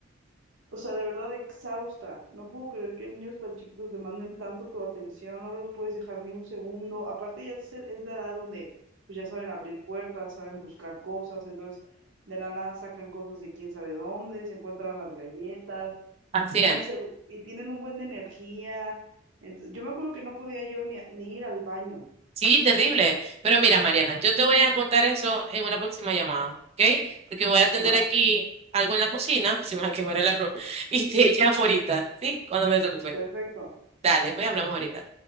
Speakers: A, on the right; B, on the right.
A: O sea, de verdad exhausta. No puedo creer que niños tan chiquitos demanden tanto tu atención. No los puedes dejar ni un segundo. Aparte ya es, es la edad donde pues ya saben abrir puertas, saben buscar cosas. Entonces de la nada sacan cosas de quién sabe dónde, se encuentran las galletas
B: Así es.
A: un seg- y tienen un buen de energía. Ent- yo me acuerdo que no podía yo ni, a- ni ir al baño.
B: Sí, terrible. Pero mira, Mariana, yo te voy a contar eso en una próxima llamada, ¿ok? Porque voy a atender
A: Va,
B: aquí algo en la cocina, <laughs> si me va a quemar el arroz, y te echan ahorita, ¿sí? Cuando me desocupe.
A: perfecto.
B: Dale, pues hablamos ahorita.